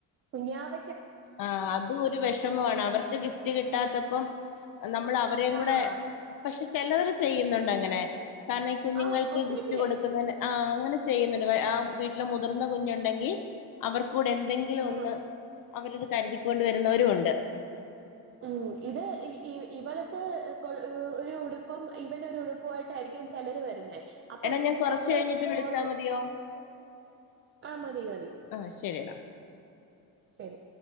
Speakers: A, on the right; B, on the left.
A: കുഞ്ഞാവ
B: ആഹ് അതും ഒരു വിഷമമാണ് അവർക്ക് ഗിഫ്റ്റ് കിട്ടാത്തപ്പം നമ്മൾ അവരേ കൂടെ
A: ആഹ്
B: പക്ഷെ ചിലവർ ചെയ്യുന്നുണ്ട് അങ്ങനെ കാരണം ഈ കുഞ്ഞുങ്ങൾക്ക്
A: ആഹ് ഒത്തിരി
B: ഗിഫ്റ്റ്
A: പേര്
B: കൊടുക്കുന്നതിന് - ആഹ് അങ്ങനെ ചെയ്യുന്നുണ്ട് ആഹ് വീട്ടില് മുതിർന്ന കുഞ്ഞുണ്ടെങ്കിൽ അവർക്കൂടെ എന്തെങ്കിലും ഒന്ന്
A: ആഹ്
B: അവരത് കരുതിക്കൊണ്ട് വരുന്നവരും ഉണ്ട്
A: ഉം ഇത് ഇവള്ക്ക് കൊ ഒരു ഉടുപ്പും ഇവനൊരു ഉടുപ്പമായിട്ടായിരിക്കും ചെലര് വരുന്നെ അപ്പൊ
B: എടാ
A: ഇത്
B: ഞാൻ കൊറച്ച്
A: മോക്ക്
B: കഴിഞ്ഞിട്ട്
A: ഇത്
B: വിളിച്ചാ
A: മോന്
B: മതിയോ
A: ആഹ് മതി മതി
B: ആ ശരിയടാ
A: ശരി